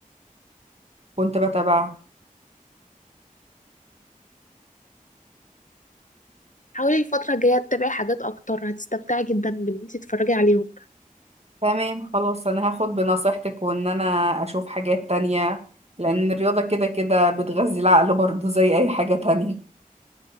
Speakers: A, on the right (about 45°); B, on the left (about 60°).
A: كنت بتابعها
B: حاولي الفترة الجاية تتابعي حاجات أكتر هتستمتعي جدا بإن انتي تتفرجي عليهم
A: تمام خلاص انا هاخد بنصيحتك وان انا اشوف حاجات تانية لان الرياضة كده كده بتغذي العقل برضه زي اي حاجة تانية